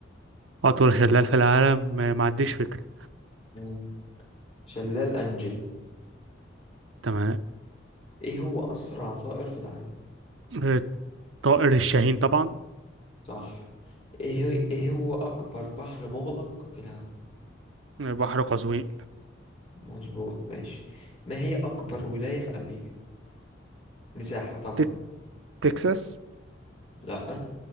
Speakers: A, on the right; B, on the left.
A: أطول شلال في العالم ما ما عنديش فكرة
B: مم. شلال أنجل
A: تمام
B: إيه هو أسرع طائر في العالم
A: آه، طائر الشاهين طبعا
B: صح إيه هو إيه هو أكبر بحر مغلق في العالم
A: بحر قزوين
B: مظبوط ماشي ما هي أكبر ولاية في أمريكا مساحة طبعا
A: تك... تكساس
B: لأ